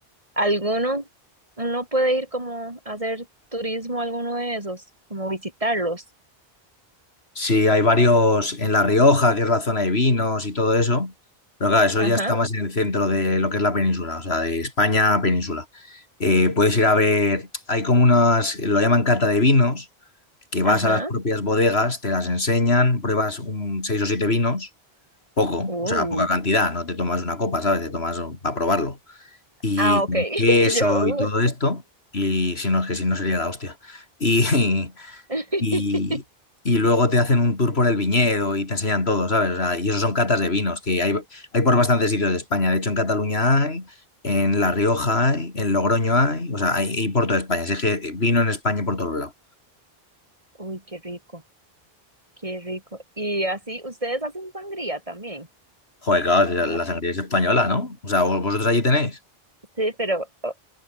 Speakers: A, on the right; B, on the left.
A: ¿Alguno, uno puede ir como a hacer turismo a alguno de esos, como visitarlos?
B: Sí, hay varios en La Rioja, que es la zona de vinos y todo eso. Pero claro, eso
A: Ajá,
B: ya está más en el centro de lo que es la península, o sea, de España a península. Eh, puedes ir a ver, hay como unas, lo llaman cata de vinos, que vas
A: ajá.
B: a las propias bodegas, te las enseñan, pruebas un seis o siete vinos, poco,
A: Uh.
B: o sea, poca cantidad, no te tomas una copa, ¿sabes? Te tomas para probarlo. Y
A: Ah, ok.
B: con
A: <laughs>
B: queso
A: Y yo.
B: y todo
A: uh.
B: esto, y si no es que si no sería la hostia. Y,
A: <laughs>
B: y, y luego te hacen un tour por el viñedo y te enseñan todo, ¿sabes? O sea, y eso son catas de vinos, que hay, hay por bastantes sitios de España. De hecho, en Cataluña hay, en La Rioja hay, en Logroño hay, o sea, hay, hay por toda España. Así es que vino en España por todos lados.
A: Uy, qué rico, qué rico. Y así, ustedes hacen sangría también.
B: Joder, claro, si la
A: Bueno,
B: la sangría es española, ¿no? O sea, vos- vosotros allí tenéis.
A: sí, pero o-